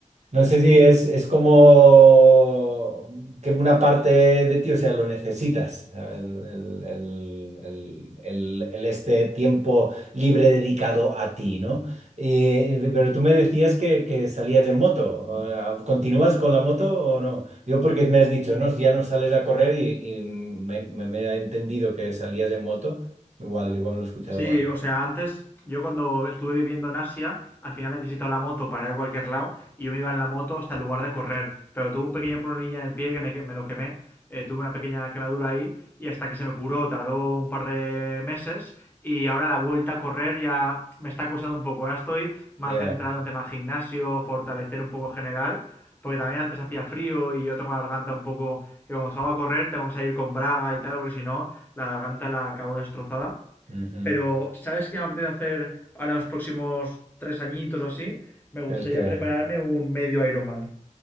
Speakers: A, on the right; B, on the left.
A: No sé si es, es como que una parte de ti, o sea, lo necesitas, el, el- el- el- el- el este tiempo libre dedicado a ti, ¿no? Y- pero tú me decías que, que salías en moto. eh, ¿Continúas con la moto o no? Yo porque me has dicho, no, Si ya no sales a correr y, y me, me- me he entendido que salías en moto. Igual, igual no lo he escuchado
B: Sí,
A: mal.
B: o sea, antes yo cuando estuve viviendo en Asia, al final necesitaba la moto para ir a cualquier lado y yo me iba en la moto hasta el lugar de correr. Pero tuve un pequeño problemilla en el pie que me, que me lo quemé. Eh, tuve una pequeña quemadura ahí y hasta que se me curó tardó un par de meses y ahora la vuelta a correr ya me está costando un poco. Ahora estoy más
A: Ya.
B: centrado en tema gimnasio, fortalecer un poco general, porque también antes hacía frío y yo tengo la garganta un poco que cuando salgo a correr tengo que salir con braga y tal, porque si no la garganta la acabo destrozada.
A: ujú.
B: Pero, ¿sabes qué me apetece hacer ahora en los próximos tres añitos o así? Me gustaría
A: El que...
B: prepararme un medio Ironman.